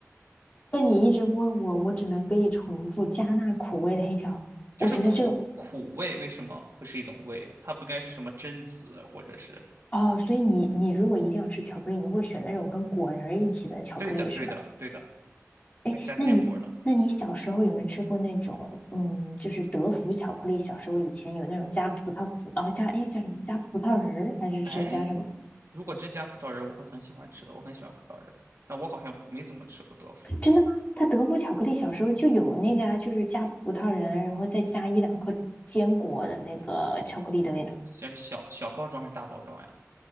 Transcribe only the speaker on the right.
就是苦苦味为什么会是一种味啊？
它不该是什么榛子或者是？
对的对的对的，
会加坚果的。
哎，如果真加葡萄仁儿，我会很喜欢吃的，我很喜欢葡萄仁儿，但我好像没怎么吃过德芙。
哦，先是小小包装还是大包装呀？